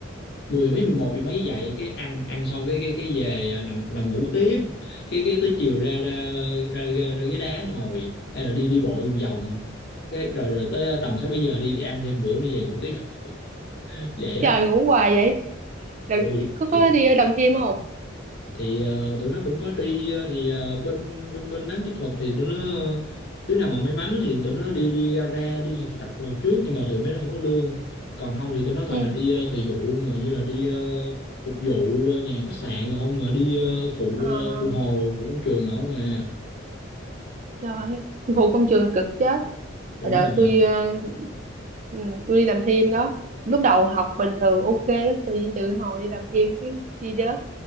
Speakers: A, on the left; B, on the right.
A: mười mấy mười một gì mấy dậy cái ăn ăn xong cái cái cái về à, nằm nằm ngủ tiếp cái cái tới chiều ra ra ra ra, ra ghế đá ngồi hay là đi đi bộ vòng vòng cái rồi rồi tới à, tầm sáu bảy giờ đi, đi ăn thêm bữa nữa về ngủ tiếp <laughs> vậy á
B: trời ngủ hoài vậy rồi
A: ôi
B: có có
A: thì
B: đi ở đầm thêm không
A: thì ờ, tụi nó cũng có đi ờ, thì ờ, bên bên bên đám kỹ thuật thì tụi nó đứa nào mà may mắn á thì tụi nó đi đi gara đi thực tập rồi trước nhưng mà thường mấy đứa không có lương còn không thì tụi nó toàn
B: ừ
A: là đi ờ, thời vụ mà như là đi ờ, phục vụ ờ, nhà hàng khách sạn còn không mà đi ờ, phụ
B: à,
A: ờ, phụ hồ phụ công trường nọ không à
B: trời phụ công trường cực chết
A: đúng
B: hồi đợt
A: rồi
B: tôi ờ, ừ, tôi đi đầm thêm đó lúc đầu học bình thường ok tự nhiên tự hồi đi đầm thêm cái đi rớt